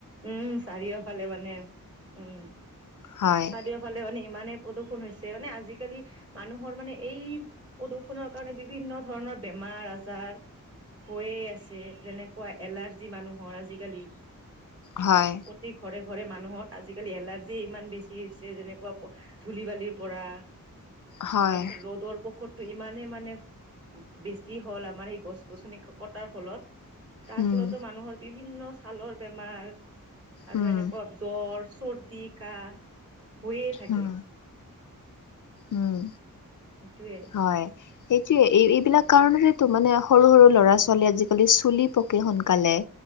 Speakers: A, on the right (about 45°); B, on the left (about 60°).
A: উম চাৰিওফালে মানে উম
B: হয়
A: চাৰিওফ ফালে মানে ইমানে প্ৰদূষণ হৈছে মানে আজিকালি মানুহৰ মানে এই প্ৰদূষণৰ কাৰণে বিভিন্ন ধৰণৰ বেমাৰ আজাৰ হৈয়ে আছে যেনেকুৱা এলাৰ্জি মানুহৰ আজিকালি।
B: হয়
A: প্ৰতি ঘৰে ঘৰে মানুহত আজিকালি এলাৰ্জি ইমান বেছি হৈছে যেনেকুৱা ধূলি বালিৰ পৰা
B: হয়
A: তাৰপিছত ৰ'দৰ পশত ইমানেই মানে বেছি হ'ল আমাৰ সেই গছ গছনি কটাৰ ফলত। তাৰ
B: উম
A: ফলতো মানুহৰ বিভিন্ন ছালৰ বেমাৰ আৰু
B: উম
A: এনেকুৱা জ্বৰ চৰ্দি কাহ হৈয়ে থাকে।
B: উম উম
A: সেইটোয়ে
B: হয় সেইটোয়ে এই এইবিলাক কাৰণেটো মানে সৰু সৰু
A: উম
B: ল'ৰা
A: উম
B: ছোৱালী আজিকালি চুলি পকে সোনকালে।